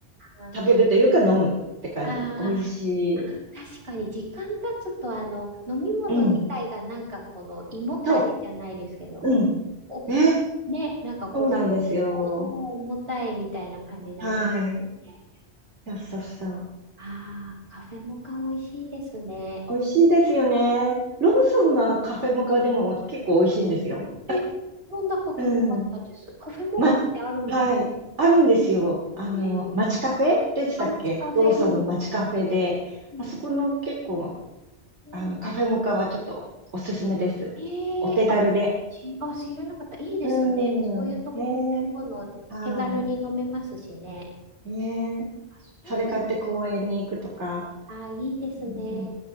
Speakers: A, on the right (about 65°); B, on the right (about 85°).
A: ー
B: 食べるというか飲むって感じ。
A: あー、
B: 美味しい。
A: 確かに時間経つと、あの、飲み物自体がなんかこの胃もたれじゃないですけど、
B: うん。と、うん。
A: こう、
B: ね。
A: こうね、なんかこう、
B: そうなんですよ。
A: おおお重たいみたいな感じになります
B: はい。
A: ね。
B: そうそうそう。
A: ああ、カフェモカ美味しいですね。
B: 美味しいですよね。ローソンのカフェモカでも結構美味しいんですよ。
A: え、飲んだことなかったです。
B: うん。
A: カフェモカってあるんです。
B: ま、はい。あるんですよ。あの、
A: えー、
B: 街カフェでしたっけローソンの街カフェで。
A: あ、街カフェ、うん。う
B: あそこの結構、
A: ん。
B: あの、カフェモカはちょっとおすすめです。
A: えー、
B: お手軽で。
A: えーあ、し、あ、知らなかった。いいですね。
B: うー
A: そういうとこ、
B: ん。ね
A: とこの手軽に飲めますしね。
B: え。はい。ねえ。
A: あ、そうなんだ。
B: それ買って公園に行くとか。
A: あ、いいですね。
B: うん